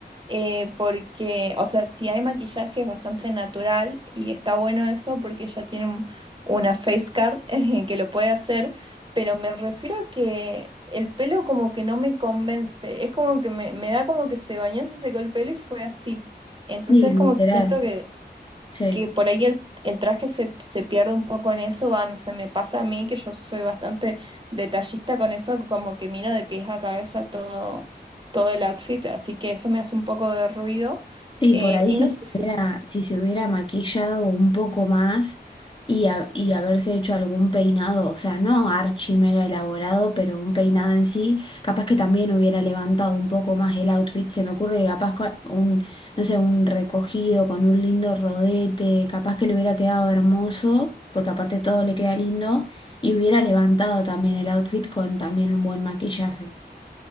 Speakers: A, on the right; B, on the left.
A: Eh, porque, o sea, si hay maquillaje es bastante natural y está bueno eso porque ella tiene un- una face card <laughs> eh, que lo puede hacer, pero me refiero a que el pelo como que no me convence, es como que me, me da como que se bañó, se secó el pelo y fue así. Entonces
B: Sí, literal.
A: como que siento que
B: Sí.
A: que por ahí el, el traje se, se pierde un poco en eso, va, no sé, me pasa a mí que yo soy bastante detallista con eso, como que miro de pies a cabeza todo, todo el outfit, así que eso me hace un poco de ruido.
B: Sí,
A: Eh,
B: por ahí
A: y
B: si
A: no
B: se
A: sé si,
B: hubiera, si se hubiera maquillado un poco más y, ha- y haberse hecho algún peinado, o sea, no archi mega elaborado, pero un peinado en sí, capaz que también hubiera levantado un poco más el outfit. Se me ocurre que capaz co- un, no sé, un recogido con un lindo rodete, capaz que le hubiera quedado hermoso, porque aparte todo le queda lindo, y hubiera levantado también el outfit con también un buen maquillaje.